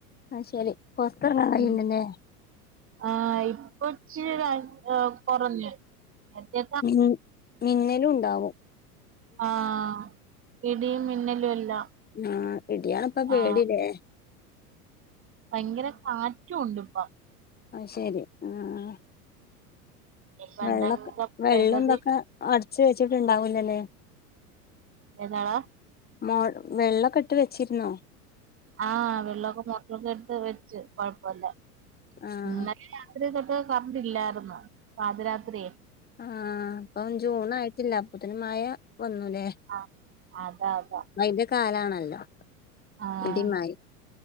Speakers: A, on the left; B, on the right.
A: അത് ശരി പൊർതറങ്ങാൻ കയ്യ്ണില്ലല്ലേ
B: ഉം ആഹ് ഇപ്പൊച്ചിരി <unintelligible> കൊറഞ്ഞ് മറ്റേ
A: മി മിന്നലുണ്ടാവും
B: ആഹ് ഇടീം മിന്നലും എല്ലാം
A: ആഹ് ഇടിയാണ്പ്പ പേടിലേ
B: ആഹ് ഭയങ്കര കാറ്റുണ്ട്പ്പം
A: അത് ശെരി ആഹ്
B: ഇപ്പൊ
A: വെള്ളൊക്കെ
B: എന്തെങ്കിലും
A: വെള്ളും
B: പ്രകൃതി
A: തൊക്കെ അടിച്ച് വെച്ച്ട്ട്ണ്ടാവുല്ലല്ലേ
B: എന്താടാ
A: മോ വെള്ളൊക്കട്ട് വെച്ചിര്ന്നോ
B: ആഹ് വെള്ളൊക്കെ മോട്ട്റൊക്കെട്ട് വെച്ച് കൊഴപ്പല്ല
A: ആഹ്
B: ഇന്നലെ രാവി ലേ തൊട്ട് കറണ്ടില്ലാര്ന്നു പാതിരാത്രേ
A: ആഹ് ഇപ്പം ജൂണായ്ട്ടില്ല അപ്പൊത്തിനും മയ വന്നുലേ
B: ആഹ് അതാ അതാ
A: പ്പയിന്റെ കാലാണല്ലോ
B: ആഹ്
A: ഇടിം മയിം